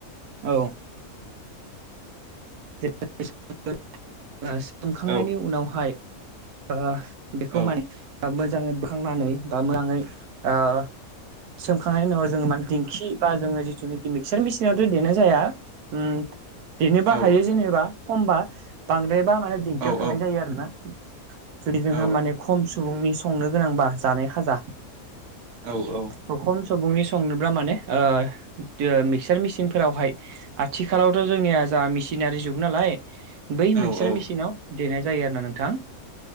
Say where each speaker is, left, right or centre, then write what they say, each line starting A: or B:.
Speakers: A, on the right; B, on the right.
A: औ। <unintelligible> सोमखांनायनि
B: औ
A: उनावहाय ओ बेखौ
B: औ
A: माने मोजाङै बोखांनानै बा मोजाङै ओ सोमखांनायनि उनाव जों माने दिंखि बा जों जिथुनाखि मिक्चार मेचिनावथ' देनाय जाया उम देनो
B: औ
A: हायो जेनेबा खमबा बांद्राय बा माने दिंखियाव
B: औ
A: थांनाय
B: औ
A: जायो आरोना। जुदि जोंहा
B: औ
A: माने खम सुबुंनि संनो गोनांबा जानाय खाजा।
B: औ औ।
A: खम सुबुंनि संनोब्ला माने ओ दो मिक्सार मेसिन फोरावहाय थिखालावथ' जोंनिया जाहा मेसिनारि जुग नालाय बै
B: औ
A: मिक्सार
B: औ
A: मेसिनाव देनाय जायो आरोना नोंथां